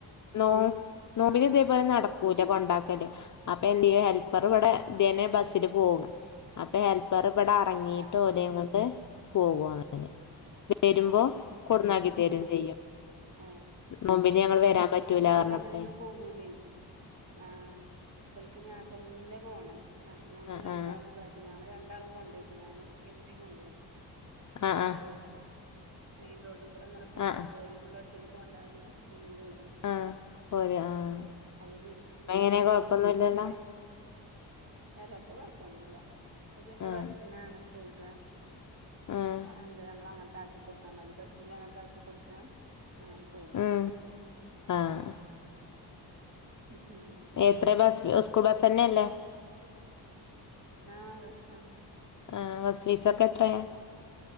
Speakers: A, on the left; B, on the right.
A: നോ നോബിൻ
B: ആഹ്
A: ഇതേപോലെ നട പോയിട്ട കൊണ്ടാക്കല് അപ്പൊ എന്റെ ഹെൽപ്പർ ഇവിടെ ഇതേനെ ബസ്സില് പോവും അപ്പൊ ഹെൽപ്പർ ഇവിടെ അറങ്ങിട്ട്
B: ആഹ്
A: ഓലേം കൊണ്ട് പോകും അങ്ങനെ വരുമ്പോ
B: പോകും
A: കൊടന്നാക്കിത്തരും ചെയ്യും
B: യേ
A: നോമ്പിന്
B: യേ
A: ഞങ്ങള് വരാൻ
B: ഇബടെ
A: പറ്റൂല
B: അയിന് ഇബൽ
A: പറഞ്ഞപ്പളേ
B: അങ്ങനെയൊന്നും പോകുലൈ ആഹ് ഇബല്ക്ക് ഞാൻ തന്നെ പോണം ഞങ്ങൾ
A: ആഹ്
B: രണ്ടാളും
A: ആഹ്
B: വര ഞങ്ങള് രണ്ടാളും കൊണ്ടക്കും ഞാനും ഇമ്മിം കൊണ്ടക്കുംഇമ്മി
A: ആഹ്
B: ഉണ്ടാവോ പ്പം മെയിൻ റൊട്ട് കൂടെ അങ്ങനെ പോണം
A: ആഹ്
B: അപ്പൊ
A: ആഹ്
B: ഓലിം കൊണ്ട് ഒറ്റക്കെ പോകണ്ടാർന്ന് ഇമ്മി പോരും
A: ആഹ് പോര് ആഹ്
B: അത് പി മ്
A: എങ്ങനെ കൊഴപ്പൊന്നുല്ലല്ലോ
B: എന്നട്ട് പിന്നെ അലപ്പ കൊഴപ്പൊന്നുംല്ല അപ്പ പിന്നെ
A: ആഹ്
B: ബസ്സിനാണ് പോക
A: ആഹ്
B: അഹ് എന്താ നമ്മള അങ്ങോട്ട് ആക്കി കൊട്ത്താ മതി ബസ്സിന്റെ അങ്ങട്ട ആക്കി കൊടുത്താ അങ്ങനെ പോകും
A: ഉം ആഹ്
B: മ്
A: എത്ര ബസ് സ്കൂൾ ബസ്സ് തന്നെയ അല്ലേ
B: ആഹ് ബസാണ്
A: ആഹ് ബസ് ഫീസൊക്കെ എത്രയ